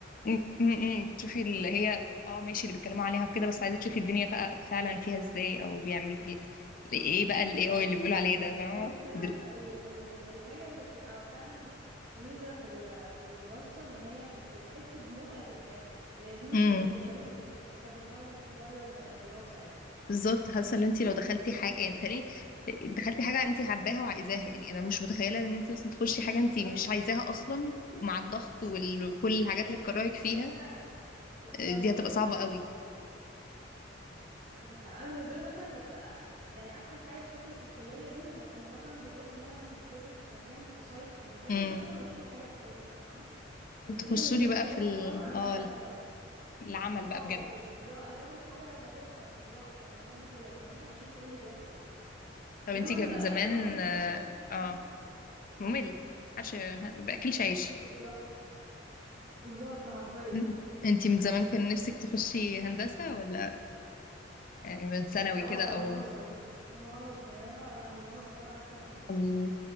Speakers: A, on the left (about 45°); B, on the right (about 75°).
A: م- م- م. بتشوفي اللي هي اه ماشي اللي بيتكلموا عليها وكده بس عايزه تشوفي الدنيا فع- فعلا فيها ازاي او بيعمل بي... ايه بقى
B: فهمك
A: الاي اي اللي بيقولوا عليه
B: فهمك
A: ده فاهمه
B: ايوه دي بقى
A: تدر-
B: ال- ال- ال- الحاجه اللي بتبقى فعلا ميزه في ال- في الدراسه ان هي بت- بتحسي بمتعه الحاجه هي دي
A: امم
B: دي بالنسبه لي اللي اللي كانت بتهون شويه الدراسه يعني
A: بالظبط حاسه ان انت لو دخلتي حاجه يعني تخيلي دخلتي حاجه انت حباها وعايزاها يعني انا مش متخيله ان انت مثلا تخشي حاجه
B: بالظبط
A: انت مش عايزاها اصلا ومع الضغط وال- وكل الحاجات
B: بالظبط
A: اللي تكرهك
B: يعني
A: فيها
B: انا بالظبط
A: آه، دي هتبقى صعبه قوي
B: عندك حق انا بالنسبه لي مثلا كانت آه، يعني احسن حاجه في فتره الكليه دي لما كنا مثلا بنروح نعمل فيزيت في مكان في سايت في مكان
A: امم
B: مثلا واشوف الحاجه بعيني بقى فاهمه كنت
A: تخشولي
B: دي بالنسبه
A: بقى
B: لي كده
A: في ال...
B: انا فاهمه انا
A: اه
B: انا
A: العمل
B: اه
A: بقى بجد
B: بالظبط انا بدرس حاجه بشوفها بالظبط انا بحب كده فاهمه اشوف ايه اللي بيحصل كده
A: طب
B: انما
A: انت كان
B: ال-
A: من
B: النظري
A: زمان اه
B: ده مش
A: آه.
B: فاهمه
A: ممل محدش باكلش عيش
B: آه، بالظبط بالظبط حرفيا
A: <laughs> انتي من زمان كان نفسك تخشي هندسة ولا يعني من ثانوي
B: انا اه
A: كده او
B: انا من وانا صغيره انا من وانا صغيره لا من وانا صغيره عايزه اطلع مهندسه
A: أم،